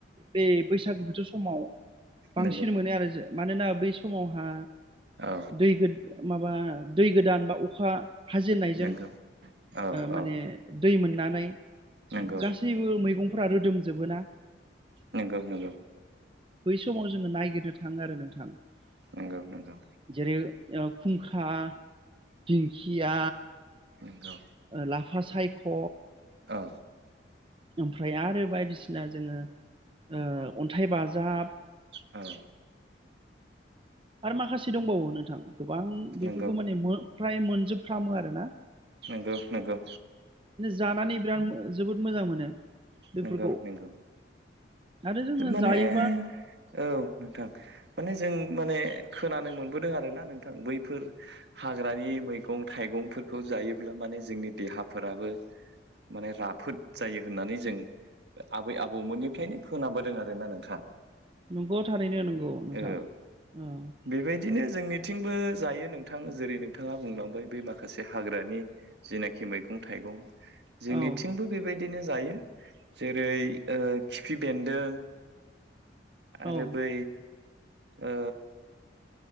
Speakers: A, on the right; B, on the right.
A: बे बैसागु बोथोर समाव बांसिन
B: नंगौ
A: मोनो आरो जों मानोना बै समावहा
B: औ
A: दै गोदान माबा दै गोदान बा अखा हाजेननायजों
B: नंगौ औ
A: माने
B: औ
A: दै मोननानै
B: नंगौ
A: गासैबो मैगंफोरा रोदोमजोबो ना
B: नंगौ नंगौ
A: समाव जोङो नायागिरनो थाङो आरो नोंथां।
B: नंगौ नंगौ
A: जेरै खुंखा दिंखिया
B: नंगौ
A: लाफा सायख'
B: औ ओ
A: ओमफ्राय आरो बायदिसिना जोङो अन्थाइ बाजाब
B: औ
A: आरो माखासे दंबावो नोंथां। गोबां बेफोरखौ
B: नंगौ
A: माने फ्राय मोनजोबफ्रामो आरो ना
B: नंगौ नंगौ
A: जानानै बिराद जोबोद मोजां मोनो। बेफोरखौ
B: नंगौ नंगौ
A: आरो जोङो
B: माने
A: जायोबा
B: औ नोंथां माने जों माने खोनानो मोनबोदों आरो ना नोंथां बैफोर हाग्रानि मैगं थाइगंफोरखौ खौ जायोब्ला माने जोंनि देहाफोराबो माने राफोद जायो होननानै जों आबै आबौमोननिफ्रायनो खोनाबोदों आरो ना नोंथां
A: नंगौ थारैनो नंगौ नोंथां
B: औ
A: औ
B: बेबायदिनो जोंनिथिंबो जायो नोंथां जेरै नोंथाङा बुंलांबाय बे माखासे हाग्रानि जेनाखि मैगं थाइगं जोंनिथिंबो
A: औ
B: बेबायदि बिदिनो जायो जेरै खिफि ओ बेनदों आरो
A: औ
B: बै ओ